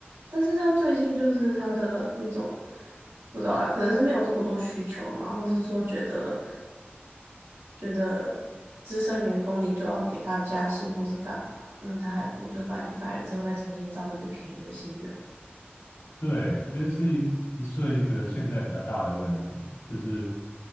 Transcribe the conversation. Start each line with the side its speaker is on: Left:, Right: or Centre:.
Right: 但是他最近就是他的那种不知道欸，可能是没有这么多需求嘛，或是说觉得觉得资深员工你就要给他加薪或是干嘛。那他还不如就把你 fire 之后再重新招一个便宜的新人。
Left: 对，我觉得是一一是一个现在比较大的问题，就是